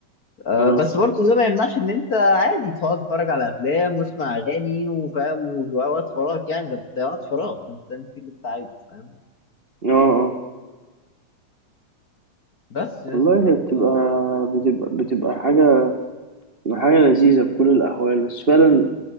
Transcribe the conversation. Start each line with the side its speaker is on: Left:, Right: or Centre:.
Left: آه،
Right: مم.
Left: بس برضه ده ما يمنعش إن أنت عادي تقعد تتفرج على أفلام واسمع أغاني وفاهم ووقت فراغك يعني ده بتاع وقت فراغ فأنت تعمل فيه اللي أنت عايزه فاهم
Right: اه اه
Left: بس يا
Right: والله
Left: اسطى
Right: هي بتبقى
Left: ف-
Right: بتبقى بتبقى حاجة حاجة لذيذة في كل الأحوال بس فعلا